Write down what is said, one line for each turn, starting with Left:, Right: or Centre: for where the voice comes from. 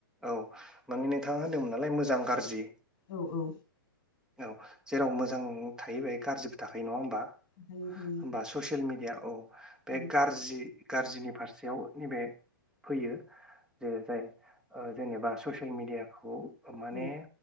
Centre: औ। माने नोंथाङा होनदोंमोन नालाय मोजां गाज्रि।
Left: औ औ
Centre: औ जेराव मोजां थायो बेहाय गाज्रि थाखायो नङा हम्बा,
Left: थायो थायो
Centre: हम्बा
Left: थायो
Centre: ससे ससियेल मिडिया औ। बे
Left: औ
Centre: गारजि। गाज्रिनि फारसेयाव नैबे फैयो। जे जाय। ओ जेनेबासो। ससियेल मिडियाखौ। माने
Left: औ